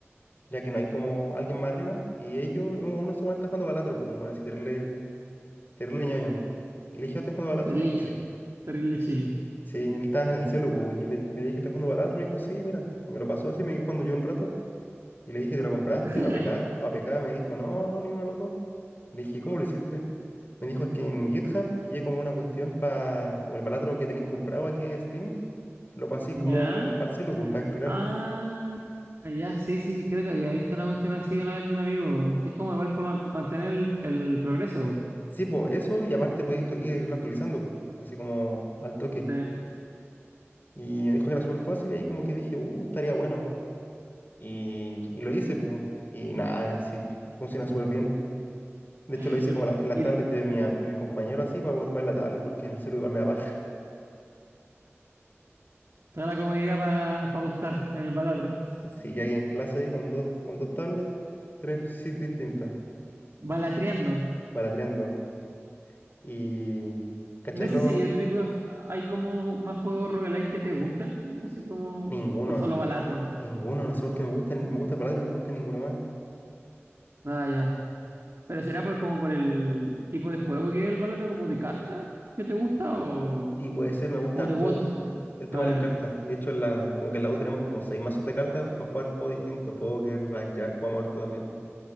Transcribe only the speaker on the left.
ya que no hay como alguien más arriba. Y ellos, uno uno según está jugando balatro, pues, un bueno, así terrible, terrible ñoño. Y le dije, "Ah, ¿estás jugando balatro?
Me dijo, sí.
Sí, él estaba en el celu, pues, y, yo le, y le dije, ¿estás jugando balatro? Me dijo, sí, mira. Y me lo pasó así, me quedé jugando yo un rato. Y le dije, ¿te lo compraste?
APK. APK me dijo, no, no, ni uno de los dos. Le dije, ¿cómo lo hiciste? Me dijo, es que en GitHub pillé como una cuestión para, como el palatro que tenéis comprado aquí de Steam, lo paséis
como al celu, pues, para descargarlo.
Sí, pues, eso, y aparte podéis actu- irlo actualizando, pues, así como al toque.
Y me dijo que era súper fácil, y ahí como que dije, uh, estaría bueno. Y, y lo hice, pues, y nada, eh, sí, funciona súper bien. De
hecho, lo hice como la- en las
tablets de mi, a- de mi compañero, así, para poder jugar en la tablet, porque en el celu igual me da paja.
Sí, hay en clase ahí con dos, con dos tablets, tres sit distintas,
malatreando. Y, ¿cachai?
Los,
ninguno,
ninguno, no sé por qué me gusta, me gusta el Balatro, no me gusta ninguno más.
Sí, puede ser, me gusta
harto
el tema
de las cartas. Y de hecho, en la, como que en la U tenemos como seis mazos de cartas para jugar juegos distintos, póker, blackjack, jugamos harto también.